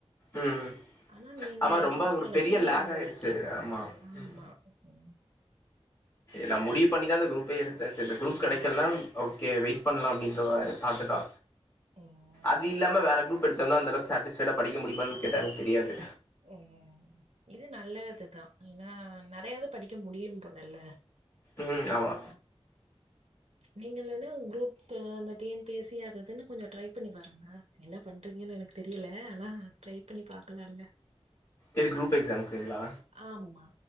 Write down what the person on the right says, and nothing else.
ஆனா நீங்க
சூஸ்
பண்ண
ஃபீல்டு
வந்து
ஓகே
ஆமா
ம்
ஆ
ம்
ம் இது நல்லதுதா ஏனா நெறைய இது படிக்க முடியு போலல்ல
நீங்க இல்லன்னா க்ரூப் த இந்த டி என் பி சி அது இதுன்னு கொஞ்சோ ட்ரை பண்ணி பாருங்க என்ன ன்ன பண்றீங்கனு எனக்கு தெரியல ஆனா ட்ரை பண்ணி பாக்கலால்ல
ஆமா.